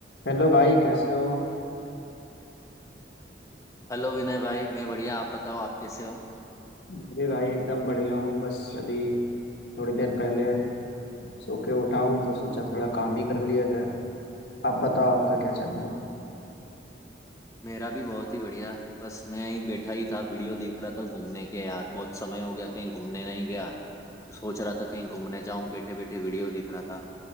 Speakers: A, on the left; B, on the left.
A: हेलो भाई कैसे हो
B: Hello Vinay भाई मैं बढ़िया आप बताओ आप कैसे हो
A: मैं भी भाई एकदम बढ़िया हूँ बस अभी थोड़ी देर पहले सो के उठा हूँ तो सोचा थोड़ा काम ही कर लिया जाए आप बताओ आपका क्या चल रहा है
B: मेरा भी बहुत ही बढ़िया बस मैं ही बैठा ही था वीडियो देख रहा था घूमने के यार बहुत समय हो गया कहीं घूमने नहीं गया तो सोच रहा था कहीं घूमने जाऊं बैठे बैठे वीडियो देख रहा था